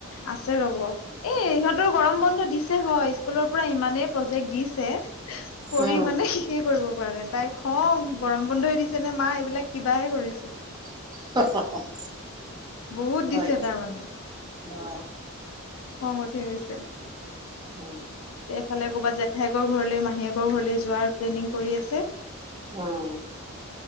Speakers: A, on the left; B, on the right.
A: আছে, ৰ'ব। এই ইহঁতৰ গৰম বন্ধ দিছে হয়, স্কুলৰ পৰা ইমানেই প্ৰজেক্ট দিছে। কৰি
B: উম
A: মানে শেষে কৰিব পৰা নাই, তাই খং গৰম বন্ধই দিছে নে মা, এইবিলাক কিবাহে কৰিছে।
B: <unintelligible>
A: বহুত
B: হয়
A: দিছে তাৰমানানে।
B: অ,
A: অং উঠি গৈছে।
B: <inaudible>
A: এইফালে কৰ'বাত জেঠায়কৰ ঘৰলে মাহীয়েকৰ ঘৰলৈ যোৱাৰ প্লেনিং কৰি আছে।
B: অ